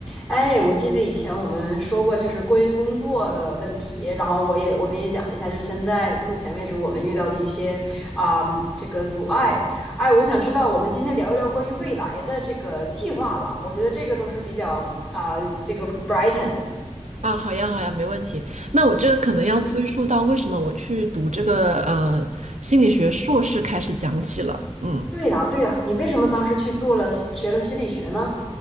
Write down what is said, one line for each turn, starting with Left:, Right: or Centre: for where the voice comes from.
Centre: 哎，我记得以前我们说过，就是关于工作的问题，然后我也我们也讲了一下，就现在目前为止我们遇到的一些啊、这个阻碍。哎，我想知道我们今天聊一聊关于未来的这个计划吧，我觉得这个都是比较啊、这个 brighten 的。
Right: 啊，好呀，好呀，没问题。那我这个可能要追溯到为什么我去读这个呃心理学硕士开始讲起了。
Centre: 嗯，
Right: 嗯。
Centre: 对呀，对呀，你为什么当时去做了学了心理学呢？